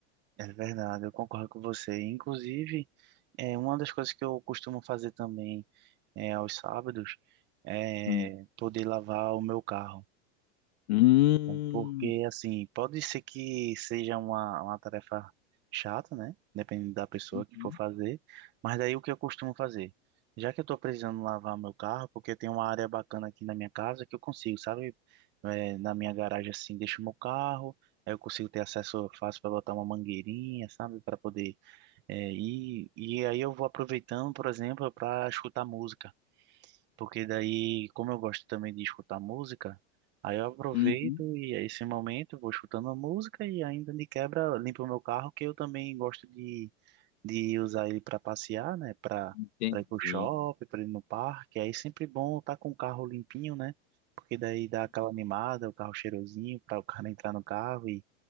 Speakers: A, on the right; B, on the left.
A: É verdade, eu concordo com você. Inclusive, é uma das coisas que eu costumo fazer também é, aos sábados é
B: Hum.
A: poder lavar o meu carro.
B: Hum.
A: Porque, assim, pode ser que seja uma, uma tarefa chata, né? Dependendo da pessoa
B: Uhum.
A: que for fazer. Mas daí o que eu costumo fazer? Já que eu tô precisando lavar meu carro, porque tem uma área bacana aqui na minha casa que eu consigo, sabe? É, na minha garagem, assim, deixo meu carro, aí eu consigo ter acesso fácil para botar uma mangueirinha, sabe? Para poder. É, e, e aí eu vou aproveitando, por exemplo, para escutar música. Porque daí, como eu gosto também de escutar música, aí eu aproveito
B: Uhum.
A: e é esse momento vou escutando a música e ainda de quebra limpo o meu carro, que eu também gosto de, de usar ele para passear, né? Para
B: Entendi.
A: para ir pro shopping, para ir no parque. Aí é sempre bom estar com o carro limpinho, né? Porque daí dá aquela animada, o carro cheirosinho, para o cara entrar no carro e,